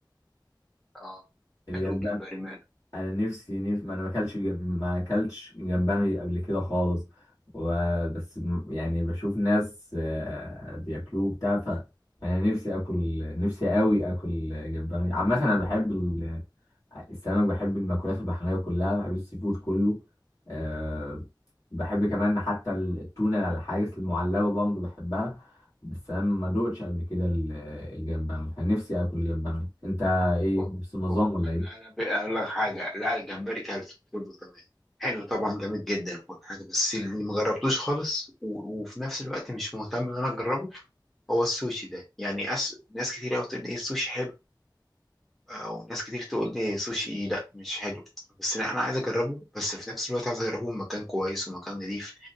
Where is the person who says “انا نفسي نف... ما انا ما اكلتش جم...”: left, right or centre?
Left